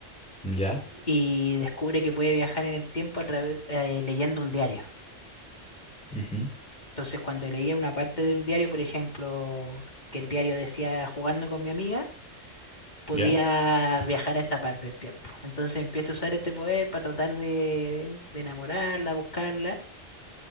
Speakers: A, in the centre; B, on the left.
A: ya,
B: y descubre que puede viajar en el tiempo a través, eh, leyendo un diario.
A: ujú,
B: Entonces, cuando leía una parte de un diario, por ejemplo, que el diario decía jugando con mi amiga, podía
A: Ya,
B: viajar a esa parte del tiempo. Entonces empiezo a usar este poder para tratar de, de enamorarla, buscarla,